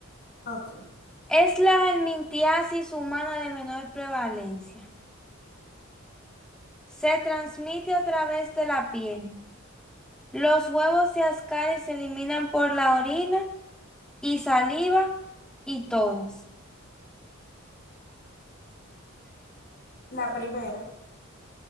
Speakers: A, on the left; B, in the centre.
A: Ok.
B: Es la helmintiasis humana de menor prevalencia. Se transmite a través de la piel. Los huevos y ascaris se eliminan por la orina y saliva y todas.
A: La primera,